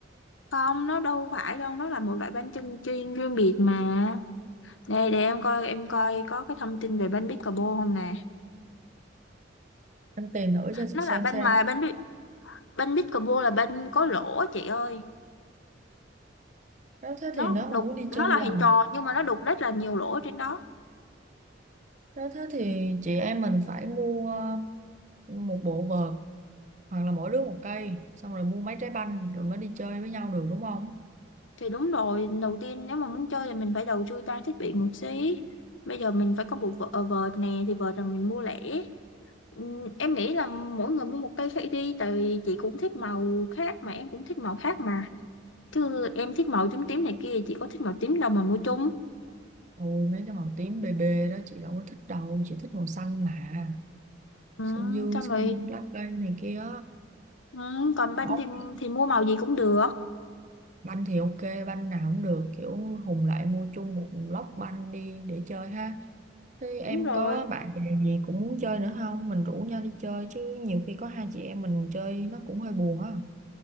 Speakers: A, on the left (about 80°); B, on the right (about 40°).
A: không nó đâu phải đâu nó là một loại banh chân chuyên riêng biệt mà đây để em coi em coi có cái thông tin về banh pickleball không nè
B: em tìm thử cho
A: nó
B: chị xem
A: là banh
B: xem
A: mà banh pic- banh pickleball là banh có lỗ á chị ơi
B: đó thế
A: nó
B: thì nếu mà
A: đục
B: muốn đi
A: nó
B: chơi
A: là
B: là
A: hình tròn nhưng mà nó đục rất là nhiều lỗ trên đó
B: Nếu thế thì chị em mình phải mua một bộ vợt hoặc là mỗi đứa một cây xong rồi mua mấy trái banh rồi mới đi chơi với nhau được đúng không?
A: thì đúng rồi đầu tiên nếu mà muốn chơi thì mình phải đầu tư trang thiết bị một xí bây giờ mình phải có bộ vợ- ờ, vợt nè thì vợt là mình mua lẻ Ừm, em nghĩ là mỗi người mua một cây khác đi tại vì chị cũng thích màu khác mà em cũng thích màu khác mà chứ em thích màu tím tím này kia chị có thích màu tím đâu mà mua chung
B: Ôi mấy cái màu tím bề bề đó chị đâu có thích đâu, chị thích màu xanh mà.
A: Ừm,
B: Xanh dương,
A: xong
B: xanh
A: rồi
B: lá cây này kia.
A: ừm, còn banh
B: Bóng
A: thì thì mua màu gì cũng được
B: banh thì ok, banh nào cũng được, kiểu hùng lại mua chung một lốc banh đi để chơi ha. Thế
A: đúng
B: em
A: rồi
B: có bạn bè gì cũng muốn chơi nữa không? Mình rủ nhau đi chơi chứ nhiều khi có hai chị em mình chơi nó cũng hơi buồn á.